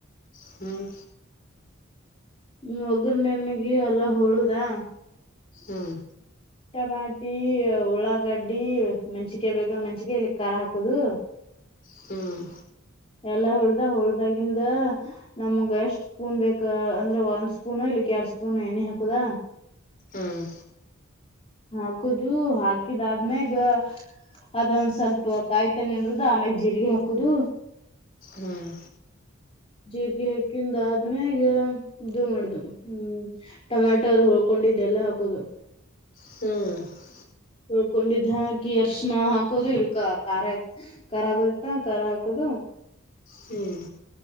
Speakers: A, on the left; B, on the left.
A: ಹ್ಮ್
B: ಹ್ಮ್ ಒಗ್ಗರು ನೆನಗಿ ಎಲ್ಲಾ ಹೊಳುದಾ.
A: ಹ್ಮ್
B: ಟಮಾಟಿ ಉಳ್ಳಾಗಡ್ಡಿ ಮೆಣಸಿಕ ಬೇಕ ಅಂದ್ ಮೆಣಸಿಕಾಯ ಇಲ್ಲಿ ಖಾರ ಹಾಕೊದು.
A: ಹ್ಮ್
B: ಎಲ್ಲಾ ಹೊಳ್ದ ಹೊಳ್ದಾಗಿಂದ ಹ. ನಮ್ಗ ಎಷ್ಟ್ ಸ್ಪೂನ್ ಬೇಕ ಅಂದ್ರೆ ಒಂದ್ ಸ್ಪೂನು ಇಲ್ಲಿಕ್ ಎರಡ್ ಸ್ಪೂನ್ ಎಣ್ಣೆ ಹಾಕೊದ.
A: ಹ್ಮ್
B: ಹಾಕುದು ಹಾಕಿದ ಆದ್ಮ್ಯಾಗ. ಅದ ಒಂದ್ ಸ್ವಲ್ಪ ಕಾಯಿ ತನ ಇಡೋದು ಆಮ್ಯಾಗ ಜೀರಿಗೆ ಹಾಕುದು.
A: ಹ್ಮ್
B: ಜೀರ್ರಿಗೆ ಹಕ್ಕಿಂದ ಆದ್ಮೇಗ ಇದು ಮಾಡ್ದ ಹ್ಮ್. ಟಮಟೊ ಅದು ಹೊಳ್ಕೊಂಡಿದ್ದೆಲ್ಲ ಹಾಕೋದು.
A: ಹ್ಮ್
B: ಉಳ್ಕೊಂಡಿದ್ದ್ ಹಾಕಿ ಅರ್ಶಣ ಹಾಕೋದು ಇಕ ಖಾರ ಆಯತ್ ಖಾರ ಹಾಗೋಯ್ತ ಖಾರ ಹಾಕೋದು.
A: ಹ್ಮ್